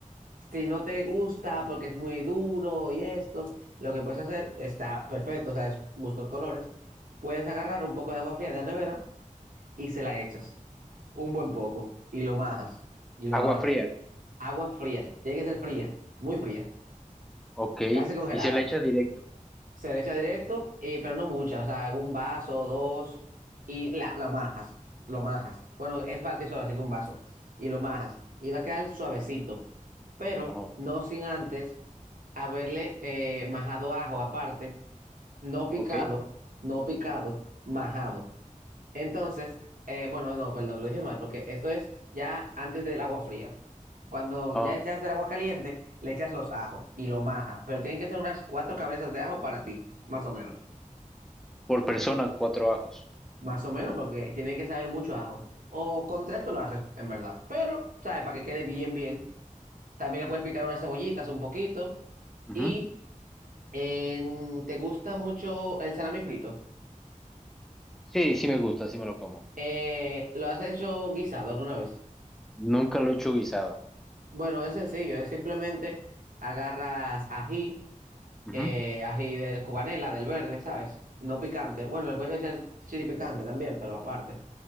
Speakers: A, on the right; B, in the centre.
A: si no te gusta porque es muy duro y esto, lo que puedes hacer está perfecto, o sea, es gustos colores. Puedes agarrar un poco de agua fría de la nevera y se la echas. Un buen poco. Y lo majas. Y lo
B: Agua
A: majas.
B: fría.
A: Agua fría. Tiene que ser fría. Muy fría.
B: Ok.
A: Casi congelada.
B: Y se la echa directo.
A: Se le echa directo, y, pero no muchas, o sea, hago un vaso, dos, y la, lo majas, lo majas. Bueno, es para ti así que un vaso, y lo majas. Y va a quedar suavecito, pero
B: Ajá.
A: no sin antes haberle eh, majado ajo aparte, no picado,
B: Ok.
A: no picado, majado. Entonces, eh, bueno, no, perdón, lo dije mal, porque esto es ya antes del agua fría. Cuando
B: Ah,
A: ya es, ya es del agua caliente, le echas los ajos y lo majas, pero tienen que ser unas cuatro cabezas de ajo para ti, más o menos.
B: por persona, cuatro ajos.
A: Más o menos, porque tiene que saber mucho a ajo. O con tres tú lo haces, en verdad. Pero, ¿sabes? Para que quede bien, bien. También le puedes picar unas cebollitas un poquito.
B: Ujú.
A: Y en- te gusta mucho el salami frito.
B: Sí, sí me gusta, sí me lo como.
A: Eh, ¿lo has hecho guisado alguna vez?
B: Nunca lo he hecho guisado.
A: Bueno, es sencillo, es simplemente agarras ají,
B: Ujú.
A: eh, ají de cubanela, del verde, ¿sabes? No picante. Bueno, le puedes echar chili picante también, pero aparte.